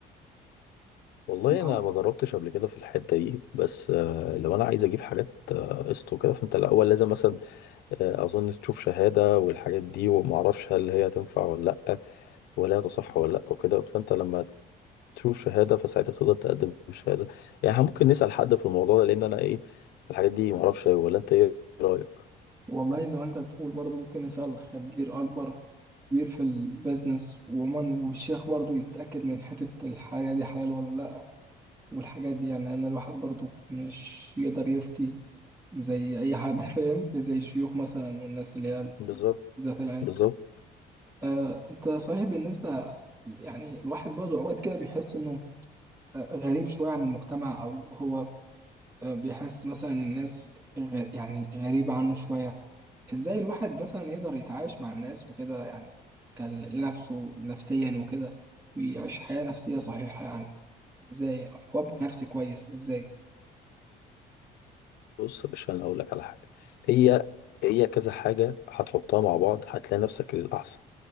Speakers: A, on the left; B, on the right.
A: والله
B: اللي هو
A: انا ما جربتش قبل كده في الحته دي بس آه، لو انا عايز اجيب حاجات آه، قسط وكده فانت الاول لازم مثلا آه، اظن تشوف شهاده والحاجات دي وما اعرفش هل هي تنفع ولا لا ولا هي تصح ولا لا وكده فانت لما تشوف شهاده فساعتها تقدر تقدم الشهاده يعني إحنا ممكن نسال حد في الموضوع ده لان انا ايه في الحاجات دي ما اعرفش أوي، ولا انت ايه رايك
B: والله زي ما انت بتقول برضو ممكن نسأل خبير أكبر كبير في البيزنس وعموما والشيخ برضو يتأكد من حتة الحاجة دي حلال ولا لأ والحاجات دي يعني أنا الواحد برضو مش يقدر يفتي زي أي حد <laughs> فاهم زي الشيوخ مثلا والناس اللي هي
A: بالظبط
B: ذات العلم
A: بالظبط
B: آه أنت صحيح بالنسبة يعني الواحد برضو أوقات كده بيحس إنه آه، غريب شوية عن المجتمع أو هو آه، بيحس مثلا الناس غ- يعني غريبة عنه شوية ازاي الواحد مثلا يقدر يتعايش مع الناس وكده يعني كان لنفسه نفسيا وكده ويعيش حياة نفسية صحيحة يعني ازاي وابني نفسي كويس ازاي
A: بص يا باشا انا اقول لك على حاجه هي هي كذا حاجه هتحطها مع بعض هتلاقي نفسك الاحسن